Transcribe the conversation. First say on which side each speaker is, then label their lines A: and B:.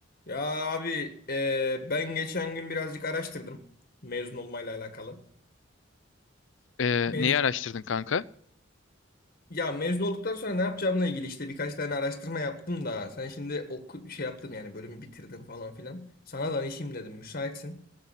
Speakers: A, on the left; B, on the left.
A: Ya abi e, ben geçen gün birazcık araştırdım mezun olmayla alakalı.
B: Ee,
A: Mez
B: neyi araştırdın kanka?
A: ya mezun olduktan sonra ne yapacağımla ilgili işte birkaç tane araştırma yaptım da sen şimdi oku şey yaptın yani bölümü bitirdin falan filan. Sana danışayım dedim müsaitsin.